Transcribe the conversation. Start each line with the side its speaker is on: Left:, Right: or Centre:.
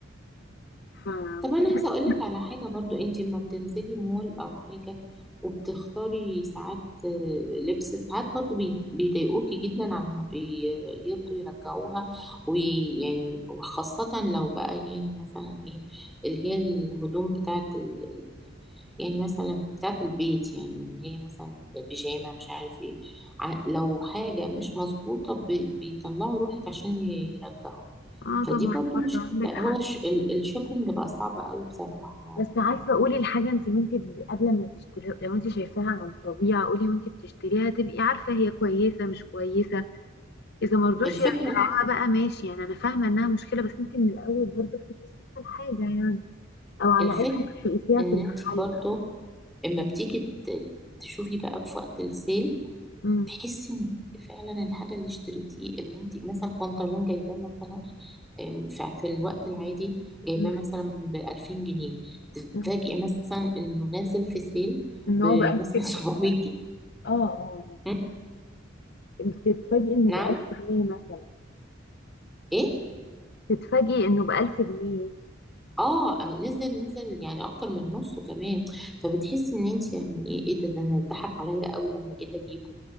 Left: <laughs> فمشكلة
Centre: طب انا عايزه اقولك على حاجه برضو انت لما بتنزلي مول او حاجه وبتختاري ساعات آه، لبس ساعات برضو بي- بيضايقوكي جدا على ما بيرضوا يرجعوها ويعني وخاصه لو بقى يعني مثلا ايه اللي هي الهدوم بتاعت ال... ال- يعني مثلا بتاعت البيت يعني اللي هي مثلا بيجامه مش عارف ايه ع- لو حاجه مش مظبوطه بي- بيطلعوا روحك عشان يرجعوها
Left: اه طبعا
Centre: فدي برضو
Left: برضه
Centre: مشكلة
Left: عندك حق
Centre: هو ش... ال- الشوبينج بقى صعب قوي بصراحة
Left: بس عارفه قولي الحاجه انت وانت قبل ما تشتري لو انت شايفاها عن الطبيعه قولي وانت بتشتريها تبقي عارفه هي كويسه مش كويسه اذا مرضوش
Centre: الفكرة
Left: يرجعوها بقى ماشي يعني انا فاهمه انها مشكله بس انت من الاول برضه بتبقي شايفه الحاجه يعني او على
Centre: الفكرة
Left: الاقل ممكن تقيسيها
Centre: ان
Left: في المحل
Centre: انت برضو اما بتيجي ت- تشوفي بقى في وقت السيل
Left: امم
Centre: تحسي ان فعلا الحاجة اللي اشتريتيه اللي انت مثلا بنطلون جايباه مثلا ام، ف- في الوقت العادي جايباه
Left: أمم،
Centre: مثلا ب 2000 جنيه تتفاجئي
Left: أمم.
Centre: مثلا انه نازل في سيل
Left: ان
Centre: بمثلا
Left: هو بألف جنيه
Centre: <laughs> 700
Left: مثلاً.
Centre: جنيه
Left: اه اه
Centre: م?
Left: انت تتفاجئي انه
Centre: نعم
Left: بألف جنيه مثلا
Centre: ايه
Left: تتفاجئي انه بألف جنيه
Centre: اه نزل نزل يعني اكتر من نصه كمان فبتحسي ان انت يعني ايه ايه ده ده انا اتضحك عليا قوي لما جيت اجيبه